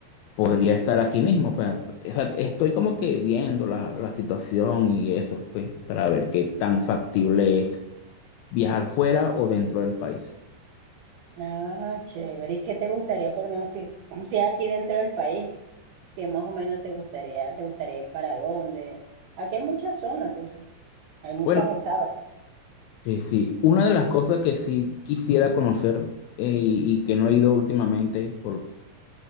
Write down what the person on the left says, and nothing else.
podría estar aquí mismo. Pues, o sea, estoy como que viendo la, la situación y eso, pues, para ver qué tan factible es viajar fuera o dentro del país.
Bueno,
sí, sí. Una de las cosas que sí quisiera conocer eh, y, y que no he ido últimamente por